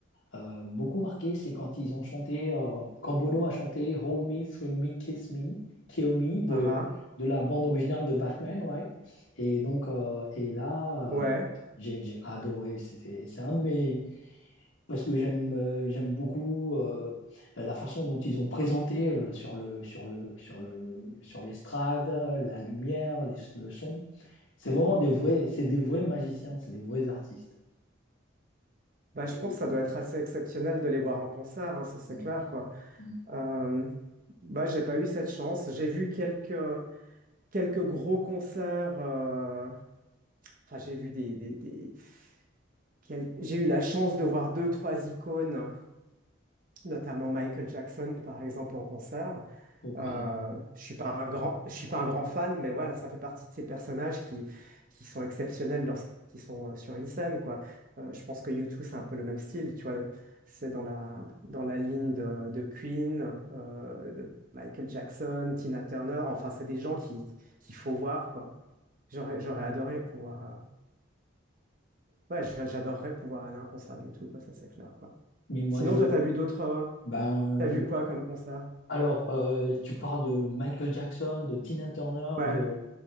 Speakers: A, on the left; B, on the right.
A: euh, beaucoup marqué, c'est quand ils ont chanté, euh, quand Bono a chanté Hold Me, Thrill Me, Kiss Me, Kill Me de,
B: Ah ah.
A: de la bande originale de Batman, right? Et donc, euh, et là,
B: Ouais.
A: euh, j'ai j'ai adoré. C'était, c'est un de mes. Parce que j'aime euh, j'aime beaucoup euh, la façon dont ils ont présenté euh, sur le, sur le, sur le, sur l'estrade, euh, la lumière, les- le son. C'est vraiment des vrais, c'est des vrais magiciens, c'est des vrais artistes.
B: Bah, je
A: Et-
B: pense que ça doit être assez exceptionnel de les voir en concert, hein, ça c'est
A: Mm,
B: clair, quoi.
A: mm.
B: Euh, bah, j'ai pas eu cette chance. J'ai vu quelques, quelques gros concerts. euh, Enfin, j'ai vu des, des, des- quel- J'ai eu la chance de voir deux, trois icônes notamment Michael Jackson, par exemple, en concert.
A: Oh God.
B: Euh, je suis pas un grand, je suis pas un grand fan, mais voilà, ça fait partie de ces personnages qui, qui sont exceptionnels lorsqu'ils sont euh, sur une scène, quoi. Euh, je pense que U2, c'est un peu le même style, tu vois. C'est dans la, dans la ligne de, de Queen, euh, de Michael Jackson, Tina Turner. Enfin, c'est des gens qui, qu'il faut voir, quoi. J'aurais, j'aurais adoré pouvoir, euh, ouais, j'a- j'adorerais pouvoir aller à un concert de U2, quoi, ça c'est clair, quoi.
A: Mais moi,
B: Sinon,
A: je,
B: toi, t'as vu d'autres, euh,
A: Ben,
B: t'as vu
A: euh,
B: quoi comme concert?
A: alors, euh, tu parles de Michael Jackson, de Tina Turner,
B: Ouais,
A: de...